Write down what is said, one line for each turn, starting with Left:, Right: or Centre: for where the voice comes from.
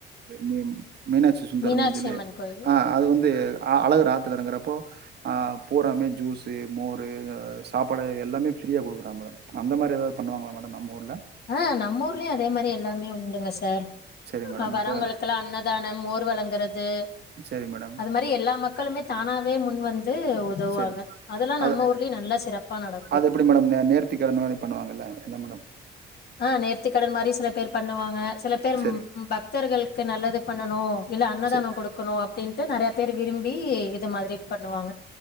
Right: ம மீனாட்சி சுந்தரம்
Left: மீனாட்சி
Right: னு சொல்லி
Left: அம்மன் கோயில்
Right: ஆ அது வந்து ஆ அழகர் ஆத்தலறங்குறப்போ ஆ பூராமே ஜூஸு மோரு எ சாப்பாடு எல்லாமே ஃப்ரீயா குடுக்குறாங்க மேடம் அந்த மாரி ஏதாது பண்ணுவாங்களா மேடம் நம்ம ஊர்ல
Left: ஆ நம்ம ஊர்லயு அதே மாரி எல்லாமே உண்டுங்க சார்
Right: சரி மேடம்
Left: அ வரவங்களுக்கெல்லா
Right: இப்ப
Left: அன்னதான மோர் வழங்குறது
Right: சரிங் மேடம்
Left: அது மாரி எல்லா மக்களுமே தானாவே முன் வந்து உதவுவாங்க
Right: சரி
Left: அதெல்லா
Right: அது
Left: நம்ம ஊர்லயு நல்லா சிறப்பா நடக்கும்
Right: அது எப்டி மேடம் நே நேர்த்தி கடன் மாரி பண்ணுவாங்கல்ல என்ன மேடம்
Left: ஆ நேர்த்திக்கடன் மாரி சில பேர் பண்ணுவாங்க சில பேர்
Right: சரி
Left: ம் பக் தர்களுக்கு நல்லது பண்ணணு இல்ல அன்னதான
Right: ச
Left: கொடுக்கணு அப்படின்டு நெறையா பேர் விரும்பி இது மாதிரி பண்ணுவாங்க